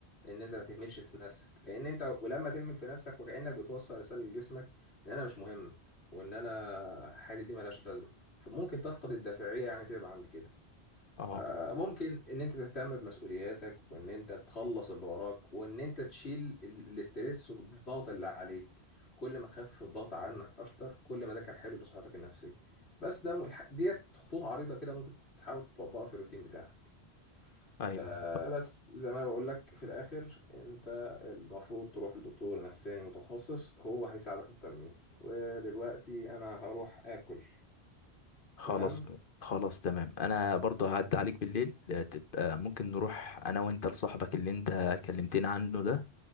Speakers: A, on the left; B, on the left.
A: ان انت ما تهملش في نفسك لان انت ولما تهمل في نفسك وكانك بتوصل رساله لجسمك ان انا مش مهم وان انا حياتي دي ملهاش لازمه فممكن تفقد الدافعيه يعني تبعا لكده
B: اه
A: آه، ممكن ان انت تهتم بمسؤولياتك وان انت تخلص اللي وراك وان انت تشيل ال- الاسترس والضغط اللي عليك كل ما تخفف الضغط عنك اكتر كل ما ده كان حلو لصحتك النفسية بس ده م- الح- ديت خطوط عريضة كده ممكن تحاول تطبقها في الروتين بتاعك
B: ايوه
A: آه بس زي ما انا بقول لك في الاخر انت المفروض تروح لدكتور نفساني متخصص هو هيساعدك اكتر مني ودلوقتي انا هروح اكل
B: خلاص
A: تمام
B: خلاص تمام انا برضو هعدي عليك بالليل آه، تبقى ممكن نروح انا وانت لصاحبك اللي انت كلمتنا عنه ده